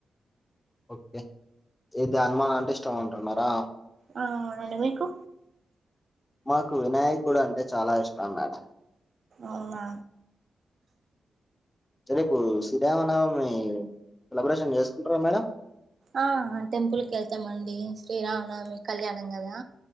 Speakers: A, on the left (about 20°); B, on the right (about 55°).
A: ఓకే ఇది హనుమాన్ అంటే ఇష్టం అంటున్నారా
B: ఆ అవునండి మీకు
A: మాకు వినాయకుడు అంటే చాలా ఇష్టం మాడెం
B: అవునా
A: చరేపు శ్రీరామనవమి సెలబ్రేషన్ చేసుకుంటారా మేడం
B: ఆ టెంపుల్కి వెళ్తామండి శ్రీరామనమి కళ్యాణం కదా